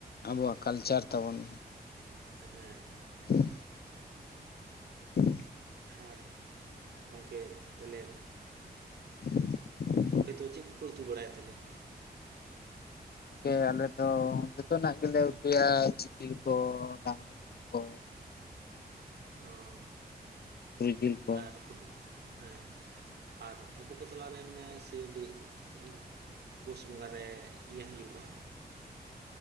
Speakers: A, on the left; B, on the right.
A: ᱟᱵᱚᱣᱟᱜ ᱠᱟᱞᱪᱟᱨ ᱛᱟᱵᱚᱱ,
B: ᱦᱮᱸ,
A: <inaudible> <inaudible>
B: ᱟᱨ ᱜᱚᱝᱠᱮ ᱛᱟᱞᱦᱮ?
A: <inaudible>
B: ᱦᱳᱭᱛᱚ ᱪᱮᱫ ᱠᱚᱯᱮ ᱩᱛᱩ ᱵᱟᱲᱟᱭᱟ ᱛᱟᱞᱦᱮ?
A: ᱠᱮ ᱟᱞᱮ ᱫᱚ ᱡᱚᱛᱚᱱᱟᱜ ᱜᱮᱞᱮ ᱩᱛᱩᱭᱟ ᱡᱤᱞ ᱠᱚ ᱰᱟᱝᱨᱟ ᱡᱤᱞ ᱠᱚ᱾
B: ᱦᱚᱸ,
A: ᱥᱩᱠᱨᱤ ᱡᱤᱞ ᱠᱚ
B: ᱟᱨ ᱟ ᱦᱮᱸ ᱟᱨ ᱟᱵᱩ ᱠᱚ ᱛᱟᱞᱟᱨᱮ ᱢᱟᱱᱮ ᱥᱤ ᱰᱤ ᱪᱮᱫ ᱤᱧ ᱢᱮᱱᱟ? ᱯᱩᱥ ᱵᱚᱸᱜᱟ ᱨᱮ ᱤᱭᱟᱹ ᱦᱩᱭᱩᱜᱼᱟ᱾